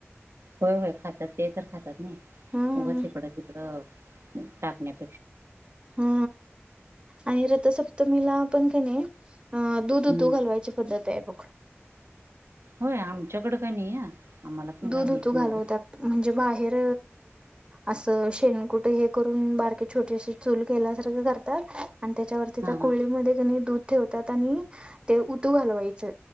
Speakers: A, on the right (about 70°); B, on the right (about 20°).
A: होय होय खातात ते तर खातात नाही
B: हा
A: उगं इकडं तिकड टाकण्यापेक्षा
B: हा आणि रथसप्तमीला पण कणी अ दूध
A: हम्म
B: उतू घालवायची पद्धत आहे बग
A: होय आमच्याकडे का नाही आहे आम्हाला पण
B: दूध
A: काय माहित
B: उतू
A: नाही
B: घालवतात
A: एवढं
B: म्हणजे बाहेर असं शेणकुठे हे करून बारके छोटीशी चूल केल्यासारखं करतात आणि त्याच्यावरती त्या
A: हा
B: कुळडीमध्ये
A: हा
B: कणी दूध ठेवतात आणि ते ऊतू घालवायचं